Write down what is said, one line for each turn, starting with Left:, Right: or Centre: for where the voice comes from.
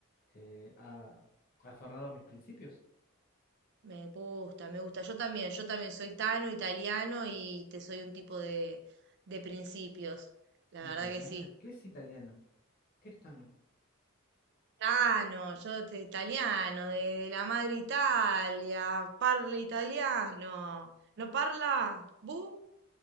Left: eh, a- aferrado a mis principios.
Right: Me gusta, me gusta. Yo también, yo también soy tano, italiano y te soy un tipo de, de principios. La
Left: ¿Italiano?
Right: verdad que sí.
Left: ¿Qué es italiano? ¿Qué es tano?
Right: Tano, yo te- italiano, de, de la madre Italia, parla italiano. ¿No parla? ¿Bu?